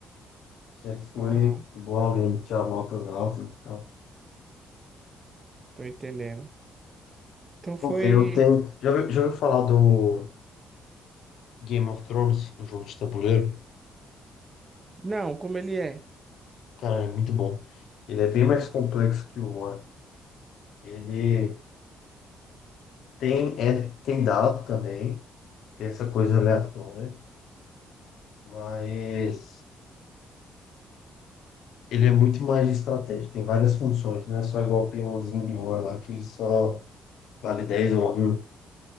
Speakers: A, on the left; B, on the right.
A: Sempre fui
B: Aham,
A: um bom aluno, tinha notas altas e tal.
B: tô entendendo. Então foi.
A: Pô, Eu tenho. Já ouviu, já ouviu falar do Game of Thrones, o jogo de tabuleiro?
B: Não, como ele é.
A: Cara, é muito bom. Ele é bem mais complexo que o War. Ele tem, é, tem dado também, tem essa coisa aleatória, mas. Ele é muito mais de estratégia, tem várias funções, não é só igual o peãozinho de ouro lá, que só vale 10 ou um.